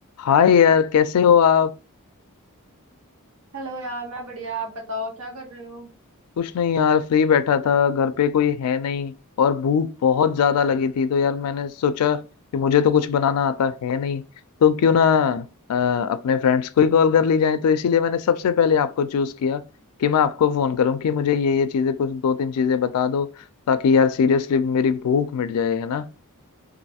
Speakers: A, on the left; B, on the right.
A: हाय यार कैसे हो आप
B: Hello यार मैं बढ़िया आप बताओ क्या कर रहे हो
A: कुछ नहीं यार फ्री बैठा था घर पे कोई है नहीं और भूख बहुत ज्यादा लगी थी तो यार मैंने सोचा कि मुझे तो कुछ बनाना आता है नहीं तो क्यों ना अ, अपने फ्रेंड्स को ही कॉल कर ली जाए तो इसीलिए मैंने सबसे पहले आपको चूज किया कि मैं आपको फोन करूं कि मुझे ये ये चीजें कुछ दो तीन चीजें बता दो ताकि यार सीरियसली मेरी भूख मिट जाए है ना